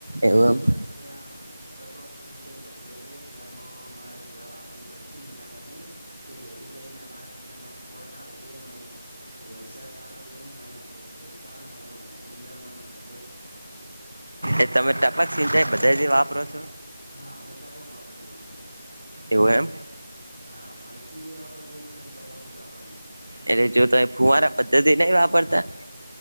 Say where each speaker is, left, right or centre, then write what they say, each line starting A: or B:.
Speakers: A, on the right; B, on the right.
A: એવું
B: હવે અમારે ત્યાં ટપક સિંચાઈ પદ્ધતિ છે ત્યાંમાં મામારે દવા આપવી પડશે ંદામણની કે જેથી કરીને અમારા ખેતરમાં ખોળના ઉગે અને વ્યવસાય સારો બહેન એમનું પ્રોત્સાહન અને નિંદા મડ
A: એ તમે ટપક ચિંતા એ બતાવી દ આપ ઉપરાથ
B: હા અમે ટપક વાપરીએ છીએ
A: એવું એમ
B: હા મલ્ચિંગ એ વાપરીએ છીએ અને ટપક એ વાપરીએ
A: એટલે જો ત ફૂવારા પદ્ધતિ નહ વાપરતા